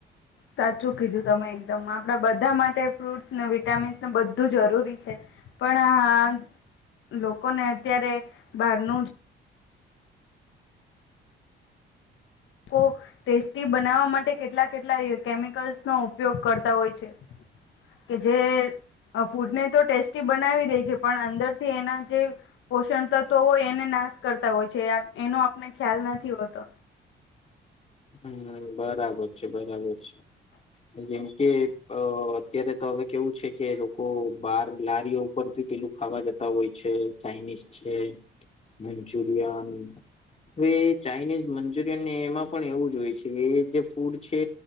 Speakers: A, on the left; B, on the left.
A: સાચું કીધું તમે એકદમ આપણા બધા માટે ફ્રૂટ્સને વિટામિન્સને બધું જરૂરી છે. પણ આ લોકોને અત્યારે બહારનું જ કો ટેસ્ટી બનાવવા માટે કેટલા કેટલા કેમિકલ્સનો ઉપયોગ કરતા હોય છે. કે જે અ ફૂડ ને તો ટેસ્ટી બનાવી દેય છે પણ અંદર થી એના જે પોષણ તત્વ હોય એને ના શ કરતા હોય છે એનો આપને ખ્યાલ નથી હોતો.
B: હમ્મ બરાબર છે બરાબર છે. જેમ કે અ અત્યારે તો હવે કેવું છે કે લોકો બાર લારીઓ ઉપરથી લું ખાવા જતા હોય છે ચાઇનીઝ છે મંચુરિયન હવે ચાઇનીઝ મંચુરિયન ને એમાં પણ એવું જ હોય છે એ જે ફૂડ છે